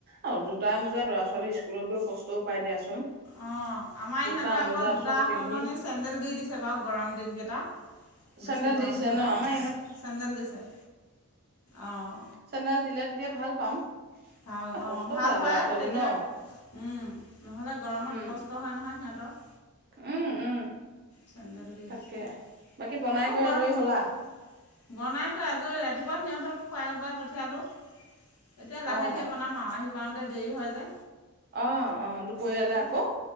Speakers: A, on the right; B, on the left.
A: আৰু জোতা মোজা ল'ৰা ছোৱালী স্কুলত গৈ কষ্টও পাই দিয়াচোন
B: অ আমাৰ
A: জোতা
B: ইহঁতৰ
A: মোজা
B: আকৌ জোতা
A: চব পিন্ধি
B: সলনি চে চেডেল দি দিছে বাৰু গৰম দিনকেইটাত
A: চেন্দেল
B: বেছি গৰম
A: দিছে
B: হ'লে
A: ন আমাৰ
B: চেডেল দিছে। অঁ
A: চেনডেল দিলে তেতিয়া ভাল পাম
B: ভাল
A: এ কষ্ট
B: অ ভাল
A: পায়
B: হয়
A: ল'ৰা ছোৱালী
B: তেতিয়া
A: ন।
B: উম নহ'লে গৰমত
A: উম।
B: কষ্ট হয় নহয় সিহঁতৰ
A: উম উম
B: চেণ্ডেল দি
A: তাকে
B: দিছে
A: বাকী বনাই
B: আকৌ
A: কৰি
B: গৰ
A: আজৰি
B: গমাই
A: হ'লা?
B: বনাই কৈ আজৰি ৰাতিপুৱা সিহঁতক খোৱাই বোৱাই পঠিয়ালোঁ। এতিয়া লাহে
A: অ',
B: দিয়ে বনাম আও আহিব পাওতে দেৰি হৈ যে
A: অ', অ', দুপৰীয়ালে
B: স্কুল
A: আকৌ